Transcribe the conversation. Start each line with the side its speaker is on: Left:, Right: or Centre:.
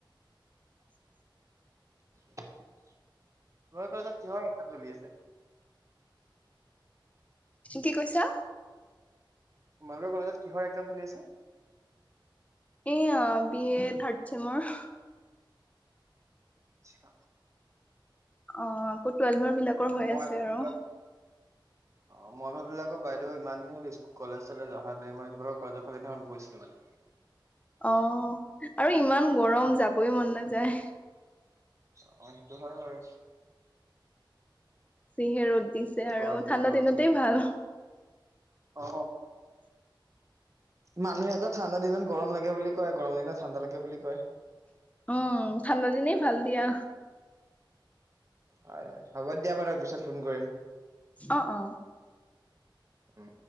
Left: <inaudible>
Right: <unintelligible>
Left: কি কৈছা?
Right: তোমালোকৰ কলেজত কিহৰ এক্জাম চলি আছে?
Left: এ বি এ থাৰ্ড চছেমৰ
Right: আচ্ছা।
Left: অহ, আকৌ টুৱেলভৰ বিলাকৰ হৈ
Right: মই
Left: আছে
Right: ভাবিলো
Left: আৰু।
Right: অ' মই ভাবিলোঁ আক', বাইদই ইমান দিন হ'ল, ইস্ক- কলেজ-চলেচ অহা নাই। মই সেইটো বাৰু কলেজৰ ফালে সেদিনাখন গৈছিলোঁ মানে।
Left: <inaudible> অ' । আৰু ইমান গৰম, যাবই মন নাযায়।
Right: অ' সেইটো হয় বাৰু।
Left: যিহে ৰ'দ দিছে আৰু
Right: গৰমটো
Left: । ঠাণ্ডা
Right: গৰমেই।
Left: দিনতেই ভাল।
Right: অ
Left: <inaudible>
Right: মানুহে আক ঠাণ্ডা দিনত গৰম লাগে বুলি কয় গৰম দিনত ঠাণ্ডা লাগে বুলি কয়।
Left: উম, ঠাণ্ডা দিনে ভাল দিয়া।
Right: হয় -হয় হ'ব দিয়া বাৰু পিছত ফোন কৰিম।
Left: অ' - অ'।
Right: উম